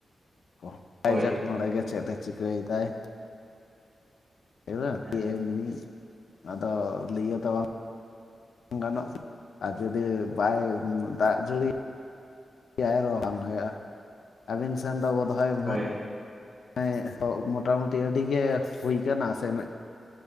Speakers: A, on the left (about 75°); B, on the right (about 35°).
A: ᱠᱚ
B: ᱦᱳᱭ
A: ᱾ᱡᱟᱠ ᱱᱚᱰᱮ ᱜᱮ ᱪᱮᱫ ᱮ ᱪᱤᱠᱟᱹᱭ ᱮᱫᱟᱭ <unintelligible>
B: ᱦᱮᱸ
A: ᱮᱢᱱᱤ <inaudible> ᱟᱫᱚ ᱞᱟᱹᱭ ᱛᱚ ᱵᱟᱝ ᱜᱟᱱᱚᱜ ᱟᱨ ᱡᱩᱫᱤ ᱵᱟᱭ ᱫᱟᱜ ᱡᱟᱹᱲᱤ ᱟᱨᱚ ᱵᱟᱝ ᱦᱩᱭᱩᱜᱼᱟ ᱾ ᱟᱹᱵᱤᱱ ᱥᱮᱱ ᱫᱚ ᱵᱚᱫᱷᱦᱚᱭ ᱚᱱᱟ
B: ᱦᱳᱭ
A: ᱮᱸ ᱢᱚᱴᱟᱢᱩᱴᱤ ᱟᱹᱰᱤ ᱜᱮ ᱦᱩᱭ ᱠᱟᱱᱟ ᱥᱮ ᱢᱮᱫ